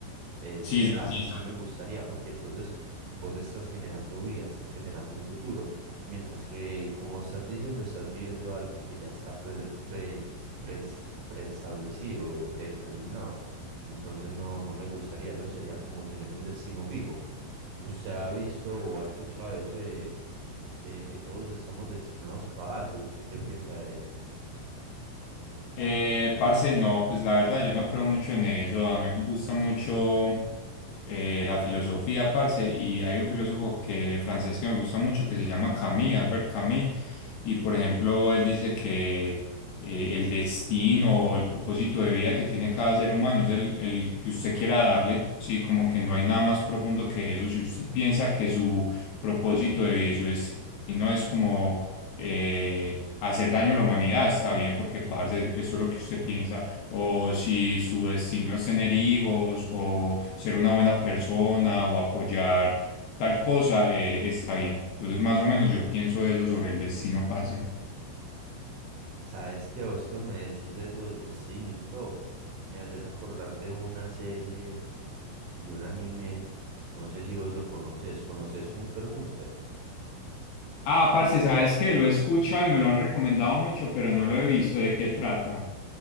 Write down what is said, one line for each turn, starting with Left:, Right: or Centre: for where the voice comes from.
Right: Eh,
Left: Sí,
Right: eh, así
Left: sí,
Right: sí me gustaría, porque entonces vos estás generando vida, estás generando un futuro, mientras que, como estás diciendo, estás viviendo algo que ya está pre, pre- pres- preestablecido, eh, predeterminado. Entonces no, no me gustaría, eso sería como tener un destino fijo. ¿Usted ha visto o ha escuchado eso de, de que todos estamos destinados para algo? ¿Usted qué piensa de eso?
Left: Eh, parce, no, pues la verdad yo no creo mucho en eso. A mí No. me gusta mucho eh, la filosofía, parce, y hay un filósofo que, francés que me gusta mucho que se llama Camus, Albert Camus, y por ejemplo él dice que eh, el destino o el propósito de vida que tiene cada ser humano es el, el que usted quiera darle, sí, como que no hay nada más profundo que eso. Si usted piensa que su propósito de vida y su destino es como eh, hacer daño a la humanidad, está bien, porque parce, eso es lo que usted piensa. O si su destino es tener hijos, o ser una buena persona, o apoyar tal cosa, eh, está bien. Entonces, más o menos, yo pienso eso sobre el destino, parce.
Right: ¿Sabes que vos que me decís eso del destino y todo? Me haces acordar de una serie de un anime, no sé si vos lo conoces, ¿conoces Hunter x Hunter?
Left: Ah, parce, sabes que lo he escuchado y me lo han recomendado mucho, pero no lo he visto. ¿De qué trata?